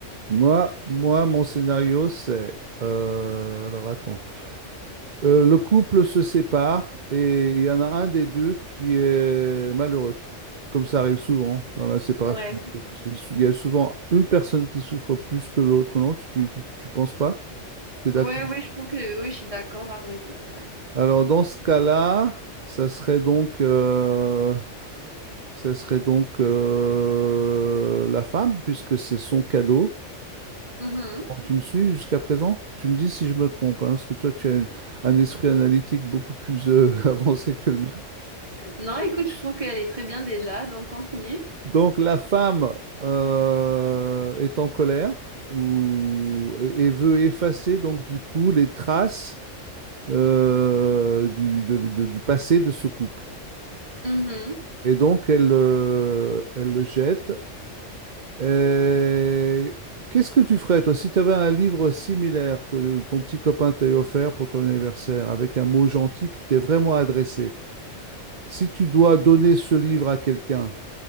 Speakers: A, on the right; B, on the right.
A: Moi, moi, mon scénario c'est, euh, alors attends. Euh, le couple se sépare et il y en a un des deux qui est malheureux, comme ça arrive souvent dans la séparation.
B: Ouais.
A: de couple. C'est sou- Il y a souvent une personne qui souffre plus que l'autre, non? Tu, tu, tu- tu penses pas? Tu es d'accord?
B: Ouais, ouais, je trouve que oui, je suis d'accord à vrai dire. Ouais.
A: Alors dans ce cas-là, ça serait donc, euh, ça serait donc euh, la femme, puisque c'est son cadeau.
B: Mhm.
A: Bon, Tu me suis jusqu'à présent? Tu me dis si je me trompe, hein, parce que toi, tu as une- un esprit analytique beaucoup plus euh, <laughs> avancé que le mien.
B: Non, écoute, je trouve qu'elle est très bien déjà, donc continue.
A: Donc la femme euh, est en colère ou, et et veut effacer donc du coup les traces euh, du, de- de- du passé de ce couple.
B: Mhm.
A: Et donc elle, euh, elle le jette. Et qu'est-ce que tu ferais toi si tu avais un livre similaire que ton petit copain t'a offert pour ton anniversaire avec un mot gentil qui t'est vraiment adressé? Si tu dois donner ce livre à quelqu'un,